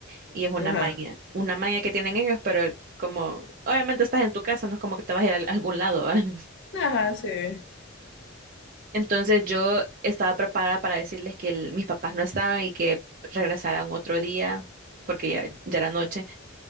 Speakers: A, on the right (about 45°); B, on the left (about 60°).
A: Y es una
B: Ajá,
A: maña, una maña que tienen ellos, pero el- como obviamente estás en tu casa, no es como que te vas a ir a algún lado, ¿va? <laughs>
B: ajá, sí.
A: Entonces yo estaba preparada para decirles que el- mis papás no estaban y que regresaran otro día, porque ya, ya era noche,